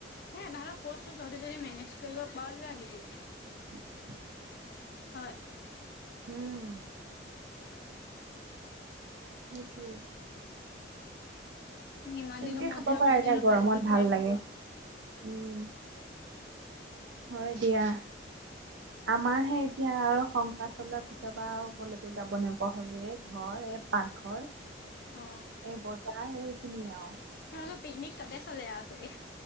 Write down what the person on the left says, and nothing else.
হে তাহতক কৈছো, তহতি যদি মেনেজ কৰিব পাৰ লৈ আহিবি।
হয়।
ইমান
দিনৰ মূৰত
যাম
যদি
অলপ
ভালকে খোৱাই
হ'ব
<inaudible>
অ
তোমালোকৰ পিকনিক, তাতে চলে আও চাগে।